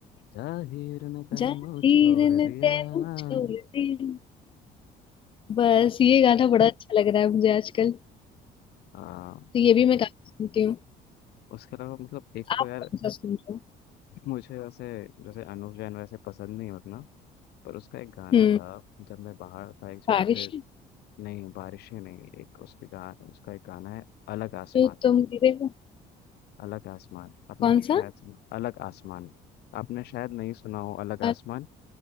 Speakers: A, on the left; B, on the left.
A: जाहिर ने तन्नो
B: जाहिर
A: छोड़
B: ने
A: दिया
B: तेनू
A: हम्म,
B: छोड़ दिया बस ये गाना बड़ा अच्छा लग रहा है मुझे आजकल तो
A: आ,
B: ये भी मैं काफी सुनती हूँ
A: उसके अलावा मतलब एक
B: आप
A: तो यार
B: कौन सा सुन रहे हो
A: मुझे वैसे जैसे अनुव जैन वैसे पसंद नहीं उतना पर उसका एक गाना
B: हम्म
A: था जब मैं बाहर था एक जगह
B: बारिश
A: पे
B: है
A: नहीं बारिशें नहीं एक उसके गा उसका एक गाना है अलग आसमान
B: जो तुम गिरे हो
A: अलग आसमान आपने
B: कौन
A: शायद
B: सा
A: सुना अलग आसमान आपने शायद नहीं सुना हो अलग
B: अच्छा
A: आसमान